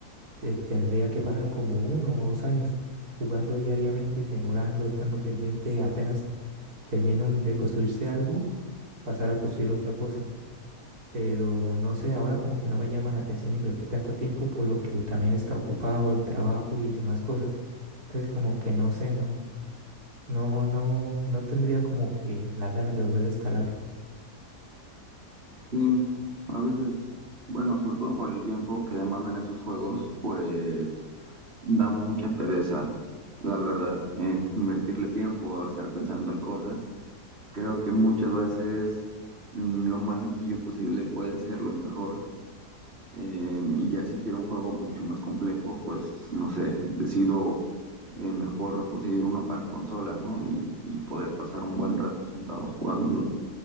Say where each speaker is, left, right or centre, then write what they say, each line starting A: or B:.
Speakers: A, on the right; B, on the right.
A: te- tendría que pasar como uno o dos años jugando diariamente, mejorando, estando pendiente, apenas termine un- de construirse algo, pasar a construir otra cosa. Pero no sé, ahora como que no me llama la atención invertir tanto tiempo por lo que también está ocupado el trabajo y demás cosas. Entonces como que no sé, no, no, no, no tendría como que la ganas de volver a instalar.
B: Sí, a veces, bueno, sobre todo por el tiempo que demandan esos juegos, pues da mucha pereza, la verdad, eh, invertirle tiempo a estar pensando en cosas. Creo que muchas veces mm, lo más sencillo posible puede ser lo mejor. Eh, y ya si quiero un juego mucho más complejo, pues no sé, decido eh, mejor conseguir uno para consola, ¿no? Y, y poder pasar un buen rato sentado jugando.